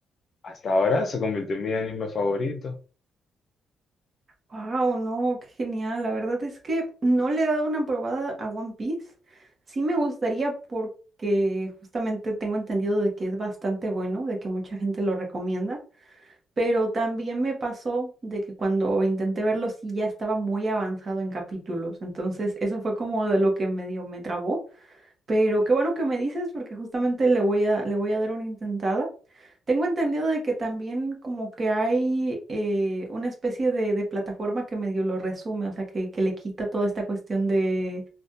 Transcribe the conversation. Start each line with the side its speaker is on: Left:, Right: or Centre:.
Left: hasta ahora se convirtió en mi anime favorito.
Right: Wow, no, qué genial. La verdad es que no le he dado una probada a One Piece. Sí me gustaría porque justamente tengo entendido de que es bastante bueno, de que mucha gente lo recomienda. Pero también me pasó de que cuando intenté verlo sí ya estaba muy avanzado en capítulos. Entonces, eso fue como de lo que medio me trabó. Pero qué bueno que me dices porque justamente le voy a, le voy a dar una intentada. Tengo entendido de que también como que hay eh, una especie de, de plataforma que medio lo resume, o sea, que, que le quita toda esta cuestión de,